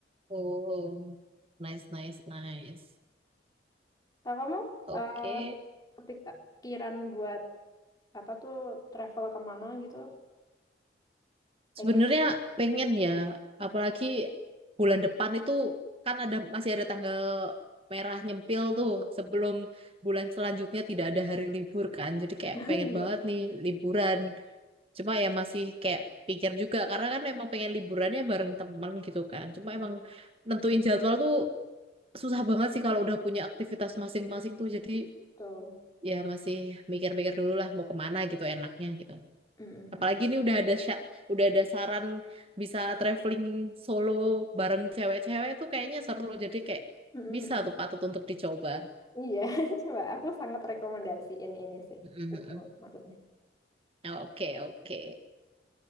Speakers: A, on the right; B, on the left.
A: Oh, nice, nice, nice.
B: Nah, kamu
A: Oke.
B: eh, kepikiran buat apa tuh travel kemana gitu? Pengen?
A: Sebenarnya pengen ya,
B: mm
A: apalagi bulan depan itu kan ada masih ada tanggal merah nyempil tuh sebelum bulan selanjutnya tidak ada hari libur kan. Jadi kayak
B: <laughs>
A: pengen
B: Iya.
A: banget nih liburan. Cuma ya masih kayak pikir juga karena kan emang pengen liburannya bareng teman gitu kan. Cuma
B: mm
A: emang nentuin jadwal tuh susah banget sih kalau udah punya aktivitas masing-masing tuh. Jadi
B: Tuh.
A: ya masih mikir-mikir dulu lah mau kemana gitu enaknya gitu.
B: Mm-mm.
A: Apalagi ini udah ada sya- udah ada saran bisa traveling solo bareng cewek-cewek tuh kayaknya seru. Jadi kayak
B: Mm-mm.
A: bisa tuh patut untuk dicoba.
B: Iya, <laughs> coba aku sangat rekomendasiin ini sih.
A: Mhm.
B: Itu maksudnya.
A: Oke, oke.